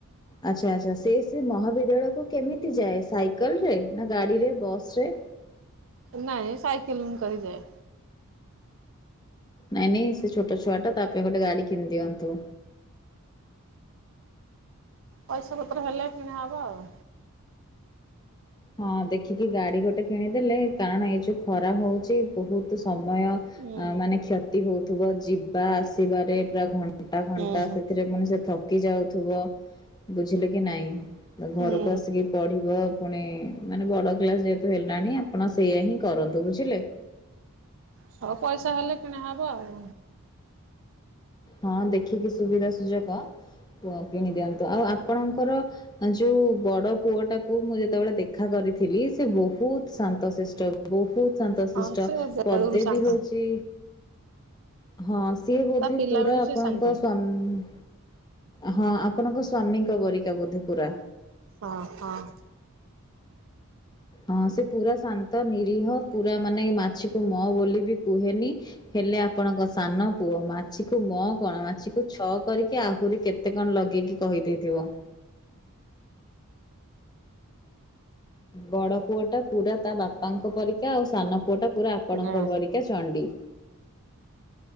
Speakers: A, on the left (about 20°); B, on the right (about 60°).
A: ଆଚ୍ଛା ଆଚ୍ଛା ସେ ସେ ମହାବିଦ୍ୟାଳୟକୁ କେମିତି ଯାଏ ସାଇକେଲ ରେ ନା ଗାଡିରେ ବସ ରେ?
B: ନାଇଁ ସାାଇକେଲିଂ କରିକି ଯାଏ।
A: ନାଇଁ ନାଇଁ ସେ ଛୋ ଟ ଛୁଆଟା ତା ପାଇଁ ଗଟେ ଗାଡ଼ି କିଣି ଦିଅନ୍ତୁ।
B: ପଇସା ପତ୍ର ହେଲେ କିଣା ହବ ଆଉ।
A: ହଁ ଦେଖିକି ଗାଡି ଗୋଟେ କିଣିଦେଲେ କାରଣ ଏଇ ଯୋଉ ଖରା ହଉଚି ବହୁତ ସମୟ ଅ
B: ହୁଁ
A: ମାନେ କ୍ଷତି ହଉଥିବ ଯିବା ଆସିବାରେ ପୁରା ଘଣ୍ଟା ଘଣ୍ଟା
B: ହୁଁ
A: ସେଥିରେ ପୁଣି ସେ ଥକି ଯାଉଥିବ ବୁଝିଲେ କି ନାଇଁ
B: ହୁଁ
A: ଘରକୁ ଆସିକି ପଢିବ । ପୁଣି ମାନେ ବଡ କ୍ଲାସ ଯେହେତୁ ହେଲାଣି ଆପଣ ସେଇଆା ହିଁ କରନ୍ତୁ ବୁଝିଲେ।
B: ହଉ ପଇସା ହେଲେ କିଣା ହବ ଆଉ।
A: ହଁ ଦେଖିକି ସୁବିଧା ସୁଯୋଗ କିଣିଦିଅନ୍ତୁ ଆଉ ଆପଣଙ୍କର ଯୋଉ ବଡ ପୁଅ ଟାକୁ ମୁଁ ଯେ ଯେତେବେଳେ ଦେଖା କରିଥିଲି ସେ ବହୁତ ଶାନ୍ତଶିଷ୍ଟ ବହୁତ ଶାନ୍ତଶିଷ୍ଟ
B: ହଁ ସେ ବେଳୁରୁ
A: ପଦେ
B: ଶାନ୍ତ
A: ବି ହଉଛି ହଁ ସେ ସିଏ ବୋଧେ
B: ତା ପିଲା
A: ପୁରା
B: ବେଳୁ
A: ଆପଣଙ୍କ
B: ସେ ଶାନ୍ତ
A: ସ୍ୱାମୀ ହଁ ଆପଣଙ୍କ ସ୍ଵାମୀଙ୍କ ପରିକା ବୋଧେ ପୁରା।
B: ହଁ ହଁ
A: ହଁ ସେ ପୁରା ଶାନ୍ତ ନି ରିହ ପୁରା ମାନେ ମାଛିକୁ ମ ମ ବୋଲି ବି କୁହେନି ହେଲେ ଆପଣଙ୍କ ସାନ ପୁଅ ମା ମାଛିକୁ ମ କଣ ମାଛିକୁ ଛଅ କରିକି ଆହୁରି କେତେ କଣ ଲଗେଇକି କହିଦେଇଥିବ। ବଡ଼ ପୁଅଟା ପୁରା ତା ବାପାଙ୍କ ପରୀକ୍ଷା ଆଉ ସାନ ପୁଅଟା ପୁରା ଆପଣଙ୍କ
B: ହଁ
A: ପରିକା ଚଣ୍ଡୀ।